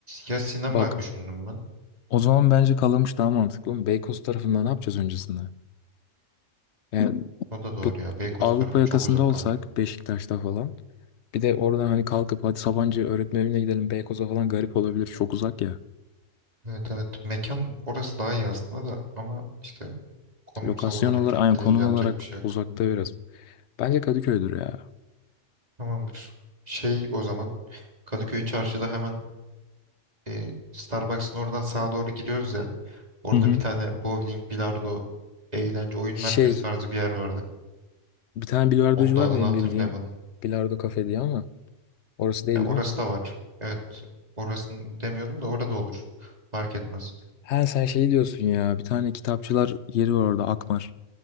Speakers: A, on the right; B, on the left.
A: ya sinema
B: Bak
A: düşündüm ben.
B: o zaman bence Kalamış daha mantıklı. Oğlum, Beykoz tarafında ne yapacağız öncesinde? Yani
A: O da doğru
B: Bu
A: ya. Beykoz
B: Avrupa
A: tarafı
B: yakasında
A: çok uzak
B: olsak
A: kalıyor.
B: Beşiktaş'ta falan. Bir de oradan hani kalkıp hadi Sabancı öğretmen evine gidelim Beykoz'a falan garip olabilir. Çok uzak ya.
A: Evet evet mekan orası daha iyi aslında da ama işte konumsal
B: Lokasyon
A: olarak
B: olarak
A: çok
B: aynı
A: iyi
B: konum
A: değil yapacak
B: olarak
A: bir şey yok.
B: uzakta biraz. Bence Kadıköy'dür ya.
A: Tamamdır. Şey o zaman Kadıköy Çarşı'da hemen e, Starbucks'ın oradan sağa doğru giriyoruz ya. Orada
B: Hı hı.
A: bir tane bowling, bilardo, eğlence, oyun
B: Şey
A: merkezi tarzı bir yer vardı.
B: bir tane bilardocu
A: Onun da
B: var
A: adını
B: benim
A: hatırlayamadım.
B: bildiğim. Bilardo kafe diye ama orası değil
A: Ya orası
B: değil mi?
A: da var. Evet. Orasını demiyordum da orada olur. Fark etmez.
B: Ha sen şey diyorsun ya bir tane kitapçılar yeri var orada Akmar.